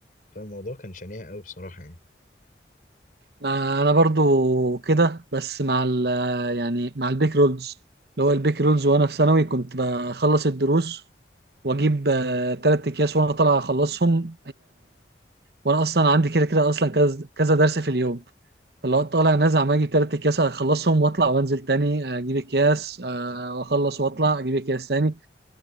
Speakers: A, on the left (about 50°); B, on the right (about 60°).
A: فالموضوع كان شنيع أوي بصراحة يعني
B: ما أنا برضو كده بس مع ال يعني مع البيك رولز اللي هو البيك رولز وأنا في ثانوي كنت بخلص الدروس وأجيب آه، تلات أكياس وأنا طالع أخلصهم وانا اصلا عندي كده كده اصلا كذا كذا درس في اليوم فاللي هو طالع نازل عمال اجيب تلات اكياس اخلصهم واطلع وانزل تاني آه، اجيب اكياس آه، واخلص واطلع اجيب اكياس تاني